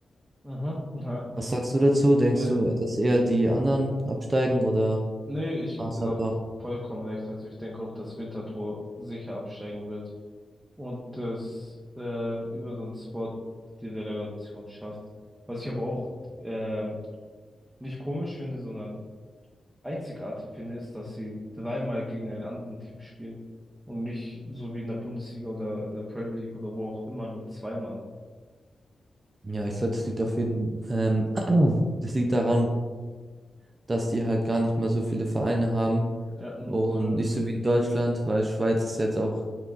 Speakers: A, on the right; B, on the right.
A: Mhm, aha.
B: Was sagst du dazu? Denkst
A: Ja,
B: du, dass eher die anderen absteigen oder
A: nee, ich
B: Grasshopper?
A: gebe dir da vollkommen recht. Also ich denke auch, dass Winterthur sicher absteigen wird und dass ähm, über Don Sport die Relegation schafft. Was ich aber auch ähm, nicht komisch finde, sondern einzigartig finde, ist, dass sie dreimal gegen ein anderes Team spielen und nicht so wie in der Bundesliga oder in der Premier League oder wo auch immer nur zweimal.
B: Ja, ich glaube, das liegt auf jeden ähm, <clears throat> das liegt daran, dass die halt gar nicht mal so viele Vereine haben
A: Ja, nur
B: und
A: zwölf.
B: nicht so wie in Deutschland, weil Schweiz ist jetzt auch